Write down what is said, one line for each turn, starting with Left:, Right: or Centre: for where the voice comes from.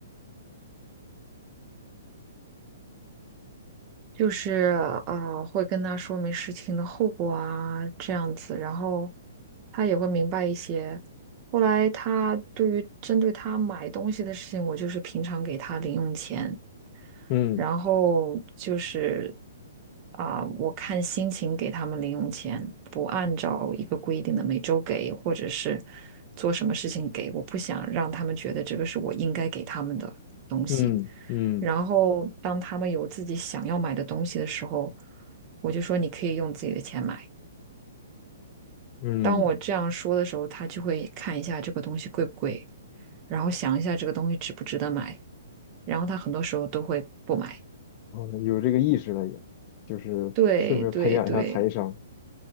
Right: <laughs> 就是呃，会跟他说明事情的后果啊，这样子，然后他也会明白一些。后来他对于针对他买东西的事情，我就是平常给他零用钱。
Left: 嗯
Right: 然后就是啊、我看心情给他们零用钱，不按照一个规定的每周给，或者是做什么事情给，我不想让他们觉得这个是我应该给他们的东西。
Left: 嗯嗯
Right: 然后当他们有自己想要买的东西的时候，我就说你可以用自己的钱买。
Left: 嗯，
Right: 当我这样说的时候，他就会看一下这个东西贵不贵，然后想一下这个东西值不值得买，然后他很多时候都会不买。
Left: 哦，有这个意识了也，就是顺便培养一下财商。
Right: 对对对，